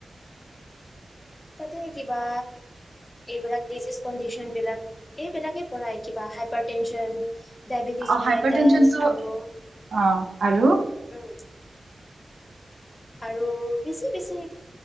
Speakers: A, on the left; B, on the right.
A: তাতে কিবা এইবিলাক ডিজিজ কণ্ডিচন বিলাক এইবিলাকে পঢ়ায় কিবা হাইপাৰ টেনশন ডায়বেটিছ,
B: অ হাইপাৰ
A: নিলাইটাছ
B: টেনচনটো
A: আৰু <inaudible>
B: অ আৰু
A: উম আৰু বেছি- বেছি